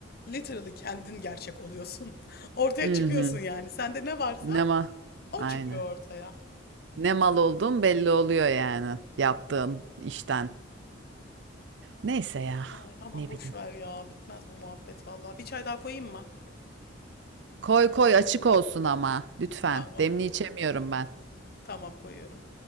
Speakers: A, on the left; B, on the right.
A: literally kendin gerçek oluyorsun. <laughs> Ortaya
B: Mhm.
A: çıkıyorsun yani. Sende ne varsa
B: Ne mal?
A: O
B: Aynen.
A: çıkıyor ortaya.
B: Ne mal olduğun belli oluyor yani yaptığın
A: Aynen.
B: işten. Neyse ya
A: Ay, aman
B: ne
A: boş
B: bileyim.
A: ver ya. Bitmez bu muhabbet vallahi. Bir çay daha koyayım mı?
B: Koy koy açık olsun ama lütfen.
A: Tamam.
B: Demli içemiyorum ben.
A: Tamam koyuyorum.